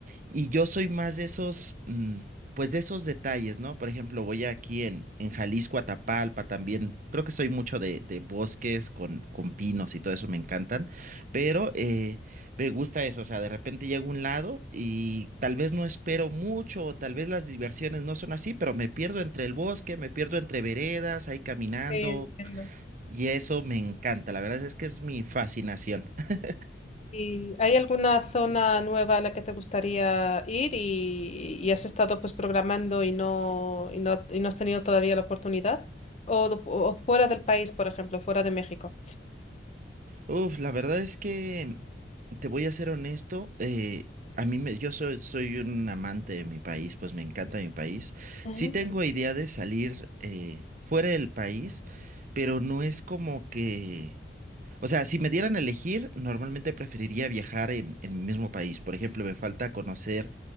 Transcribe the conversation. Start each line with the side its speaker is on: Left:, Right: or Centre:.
Right: Y yo soy más de esos, mm, pues de esos detalles, ¿no? Por ejemplo, voy aquí en, en Jalisco, Atapalpa también. Creo que soy mucho de, de bosques con, con pinos y todo eso me encantan. Pero eh, me gusta eso. O sea, de repente llego a un lado y tal vez no espero mucho, o tal vez las diversiones no son así, pero me pierdo entre el bosque, me pierdo entre veredas, ahí caminando.
Left: Sí, entiendo.
Right: Y eso me encanta. La verdad es que es mi fascinación. <laughs>
Left: ¿Y hay alguna zona nueva a la que te gustaría ir y, y has estado pues programando y no, y no, y no has tenido todavía la oportunidad? O, o fuera del país, por ejemplo, fuera de México.
Right: Uf, la verdad es que. Te voy a ser honesto, eh, a mí me, yo soy, soy un amante de mi país, pues me encanta mi país.
Left: Ujú.
Right: Sí tengo idea de salir eh, fuera del país, pero no es como que, o sea, si me dieran a elegir, normalmente preferiría viajar en, en mi mismo país. Por ejemplo, me falta conocer